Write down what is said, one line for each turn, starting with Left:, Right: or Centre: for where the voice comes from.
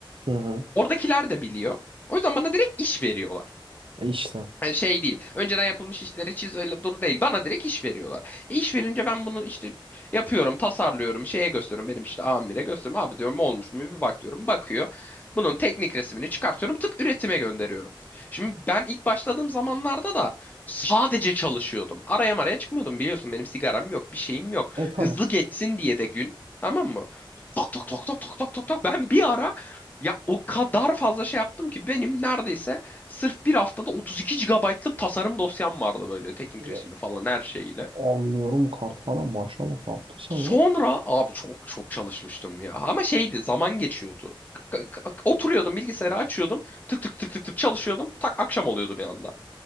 Right: Hı hı.
Left: Oradakiler de biliyor. O yüzden bana direkt iş veriyorlar.
Right: E işte.
Left: Yani şey değil. Önceden yapılmış işleri çiz öyle dur değil. Bana direkt iş veriyorlar. E iş verince ben bunu işte yapıyorum, tasarlıyorum, şeye gösteriyorum. Benim işte amire gösteriyorum. Abi diyorum olmuş mu bir bak diyorum. Bakıyor. Bunun teknik resmini çıkartıyorum. Tık üretime gönderiyorum. Şimdi ben ilk başladığım zamanlarda da sadece çalışıyordum. Araya maraya çıkmıyordum biliyorsun. Benim sigaram yok, bir şeyim yok.
Right: E tabii.
Left: Hızlı geçsin diye de gün. Tamam mı? Tok tok tok tok tok tok tok tok. Ben bir ara ya o kadar fazla şey yaptım ki benim neredeyse Sırf bir haftada 32 gigabaytlık tasarım dosyam vardı böyle teknik
Right: E,
Left: resimi falan her şeyle.
Right: Anlıyorum Karthala maşallah ne yaptın sen
Left: Sonra
Right: lan?
Left: abi çok çok çalışmıştım ya. Ama şeydi zaman geçiyordu. K- k- Oturuyordum bilgisayarı açıyordum. Tık tık tık tık tık çalışıyordum. Tak akşam oluyordu bir anda.